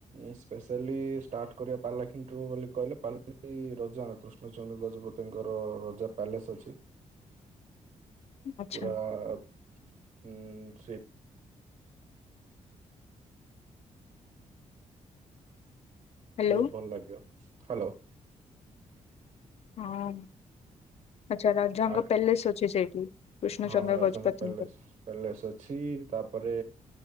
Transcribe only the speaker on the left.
ଆଚ୍ଛା
ହ୍ୟାଲୋ।
ହଁ ଆଛା ରାଜାଙ୍କ
ପ୍ୟାଲେସ ଅଛି ସେଇଠି। କୃଷ୍ଣଚନ୍ଦ୍ର
ଗଜପତିଙ୍କ